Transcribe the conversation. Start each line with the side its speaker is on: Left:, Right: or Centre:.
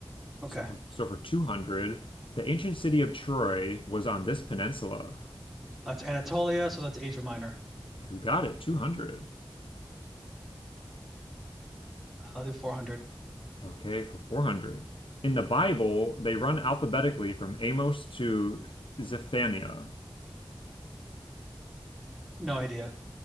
Centre: Okay,
Left: So for so for 200, the ancient city of Troy was on this peninsula.
Centre: that's Anatolia, so that's Asia Minor.
Left: You got it, 200.
Centre: I'll do 400.
Left: Okay, for 400. In the Bible, they run alphabetically from Amos to Zephaniah.
Centre: No idea.